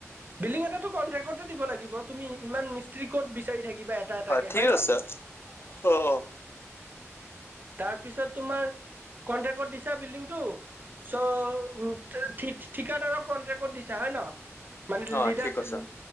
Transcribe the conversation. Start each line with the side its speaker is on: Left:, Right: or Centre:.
Right: বিল্ডিং এটাটো কণ্ট্ৰেক্টতে দিব লাগিব তুমি ইমান মিস্ত্ৰী ক'ত বিচাৰি থাকিবা এটা এটাকে
Left: ঠিক
Right: হয় ন?
Left: আছে। অ অ
Right: তাৰ পিছত তোমাৰ কন্ট্ৰেক্টত দিছা বিল্ডিংটো চ' ঠিকাদাৰক কনট্ৰেক্টত দিছা হয় ন? মানে
Left: অ',
Right: লিডাৰচক
Left: ঠিক কৈছা।